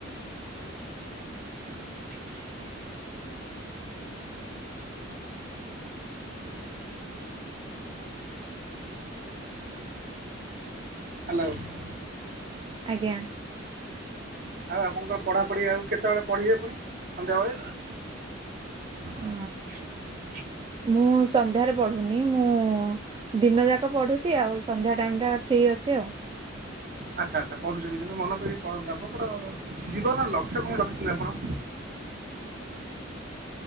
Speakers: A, on the right (about 50°); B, on the right (about 25°).
A: ଆ। <inaudible> <unintelligible> ହ୍ୟାଲୋ <unintelligible>
B: ଆଜ୍ଞା।
A: ଆଉ ଆପଙ୍କର ପଢ଼ା ପଢ଼ି ଆଉ କେତେବେଳେ ପଢ଼ିବେ ପୁଣି ସନ୍ଧ୍ୟାବେଳେ। <inaudible>
B: ଅ ମୁଁ ସନ୍ଧ୍ୟାରେ ପଢ଼ୁନି ମୁଁ ଦିନ ଯାକ ପଢୁଛି ଆଉ ସନ୍ଧ୍ୟା ଟାଇମ ଟା ଫ୍ରି ଅଛି ଆଉ।
A: ଆଚ୍ଛା ଆଚ୍ଛା ପଢ଼ୁଛନ୍ତି କିନ୍ତୁ ମନ ତ ବି ପ଼ନ୍ତନ୍ତି ଆପଣଙ୍କର ଜୀବନର ଲକ୍ଷ କଣ ରଖିଛନ୍ତି ଆପଣ।